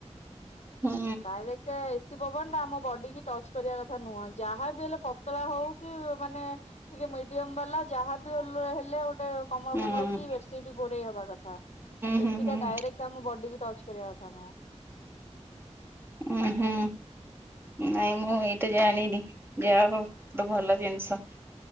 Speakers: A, on the right; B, on the left.
A: ହୁଁ
B: ଡାଇରେକ୍ଟ ଏ ସି ପବନ ଟା ଆମ ବଡି କି ଟଚ କରିବା କଥା ନୁହଁ ଯାହା ବି ହେଲେ ପତଳା ହଉ କି ମାନେ ଟିକେ ମିଡିୟମ ବାଲା ଯାହାବି ହେଲେ ହେ ଗଟେ କମଳ
A: ହୁଁ
B: ଫମଳ
A: ହୁଁ
B: କି ବେଡସିଟ୍ ଘୋଡେଇ ହବାକଥା
A: ହୁଁ
B: ଏସି
A: ହୁଁ
B: ଟା ଡାଇରେକ୍ଟ ଆମ ବଡ଼ି ଡି କି ଟଚ୍ କରଆ କଥା ନୁହଁ।
A: ଉଁ ହୁଁ। ନାଇଁ ମୁଁ ଏଇଟା ଜାଣିନି ଯାହା ହଉ ଗୋଟେ ଭଲ ଜିନିଷ।